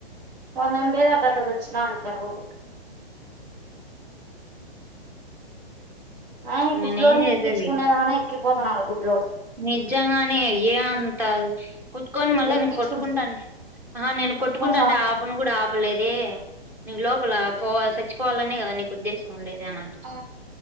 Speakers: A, on the right (about 40°); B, in the centre.
A: వందండే తాటాట తెచ్చిన ఆట ఆట సచ్చినాడు కర్రోడు ఆయన గుడ్లోనే
B: నేనేం చేసేది
A: ఎక్కించుకునేదా ఎక్కి పోతున్నాడు గుడ్డలోడు
B: నిజంగానే ఏ అంత కుట్టుకొని మళ్ళా
A: ఎక్కించుకున్నా
B: నీ కొట్టుకుంటాను ఆ నేను
A: కొట్టుకొని
B: కొట్టుకుంటాను
A: సావని
B: అంటే ఆపను కూడా ఆపలేదే నీ లోప పల పోల చచ్చిపోవాలనే కదా నీకు ఉద్దేశం ఉండేది అని అంట
A: ఆ